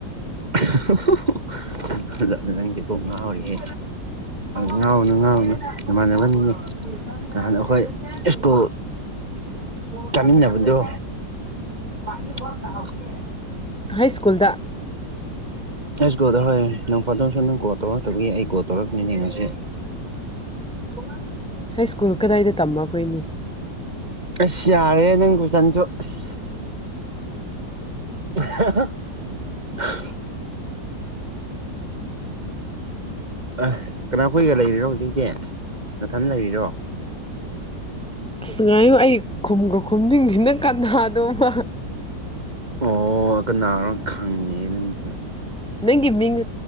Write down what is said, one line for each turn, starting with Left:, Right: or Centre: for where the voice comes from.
Right: <unintelligible> ꯅꯪꯁꯦ ꯀꯣꯛ ꯉꯍꯥꯎꯔꯤꯍꯦ ꯉꯥꯎꯅꯨ ꯉꯥꯎꯅꯨ ꯏꯃꯥꯟꯅꯕꯅꯤꯅꯦ ꯅꯍꯥꯟ ꯑꯩꯈꯣꯏ ꯏꯁ꯭ꯀꯨꯜ ꯆꯠꯃꯤꯟꯅꯕꯗꯣ <unintelligible>
Centre: ꯍꯥꯏꯁ꯭ꯀꯨꯜꯗ
Right: ꯍꯥꯏꯁ꯭ꯀꯨꯜꯗ ꯍꯣꯏ ꯅꫭꯡꯐꯥꯗꫭꯛꯁꯨ ꯅꯪ ꯀꯣꯜ ꯇꯧꯔꯛꯇꯕꯒꯤ ꯑꯩ ꯀꯣꯜ ꯇꯧꯔꯛꯄꯅꯦ ꯉꯁꯤ <unintelligible>
Centre: ꯍꯥꯏꯁ꯭ꯀꯨꯜ ꯀꯗꯥꯏꯗ ꯇꯝꯕ ꯑꯈꯣꯏꯅꯤ
Right: ꯑꯁ ꯌꯥꯔꯦ ꯅꯪ ꯀꫭꯏꯁꯟꯁꯨ ꯑꯁ <unintelligible> ꯑ ꯀꯅꯥꯈꯣꯏꯒ ꯂꯩꯔꯤꯔꯣ ꯍꯧꯖꯤꯛꯇꯤ ꯅꯊꯟ ꯂꯩꯔꯤꯔꯣ
Centre: ꯑꯁ ꯉꯥꯏꯌꯨ ꯑꯩ ꯈꯨꯝꯒ ꯈꯨꯝꯅꯤꯡꯗꯤ ꯅꯪ ꯀꯅꯥꯅꫭꯕ
Right: ꯑꯣ ꯀꯅꯥꯅꯣ ꯈꯪꯉꯤ ꯅꯪꯁꯨ
Centre: ꯅꯪꯒꯤ ꯃꯤꯡ